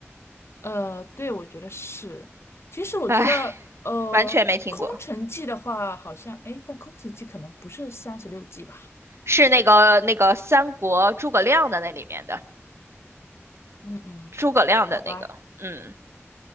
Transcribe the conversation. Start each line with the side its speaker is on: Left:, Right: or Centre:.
Left: 呃，对，我觉得是。其实我觉得，
Right: 唉 <laughs>，
Left: 呃，
Right: 完全没听过，
Left: 空城计的话，好像，哎，但空城计可能不是三十六计吧？
Right: 是那个那个三国诸葛亮的那里面的
Left: 嗯嗯，
Right: 诸葛亮的那个，
Left: 好吧。
Right: 嗯，